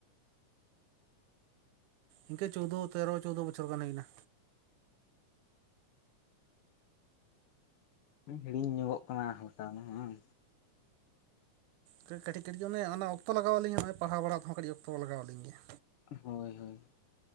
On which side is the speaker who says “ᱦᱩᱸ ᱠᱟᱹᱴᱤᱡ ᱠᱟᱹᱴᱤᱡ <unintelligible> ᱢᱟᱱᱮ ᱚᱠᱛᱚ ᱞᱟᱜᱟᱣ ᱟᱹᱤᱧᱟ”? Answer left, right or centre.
Right